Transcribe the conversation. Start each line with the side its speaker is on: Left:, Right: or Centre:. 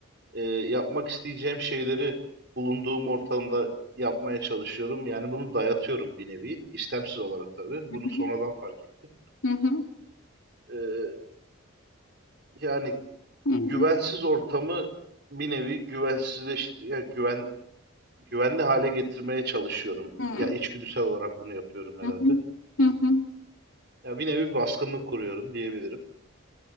Right: e, yapmak isteyeceğim şeyleri bulunduğum ortamda yapmaya çalışıyorum. Yani bunu dayatıyorum bir nevi. İstemsiz olarak tabii.
Left: yapıyorsun?
Right: Bunu sonradan fark ettim.
Left: Hı hı. Hı
Right: E, yani
Left: hı.
Right: güvensiz ortamı bir nevi güvensizleş, ya güven güvenli hale getirmeye çalışıyorum.
Left: Hı hı.
Right: Ya içgüdüsel olarak bunu yapıyorum herhalde.
Left: Hı hı. Hı hı.
Right: Ya bir nevi baskınlık kuruyorum diyebilirim.